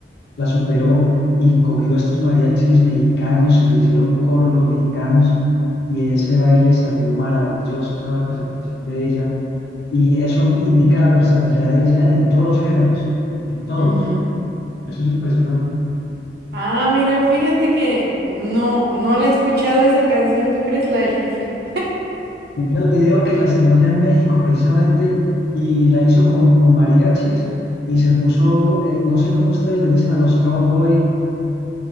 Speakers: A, on the left (about 65°); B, on the right (about 65°).
A: la superó y cogió a estos mariachis mexicanos y le hicieron coro los mexicanos y ese baile salió maravilloso, esa presentación de ella. Y eso indica la versatilidad de ella en todos los géneros, en todos.
B: Ujú.
A: Eso es impresionante.
B: Ah, mira, fíjate que no, no la he escuchado esa canción, ¿tú crees? La del jefe.
A: Mira el video que la estrenó allá en México precisamente y la hizo con, con mariachis y se puso, eh, no sé cómo ustedes les dicen a los cowboy,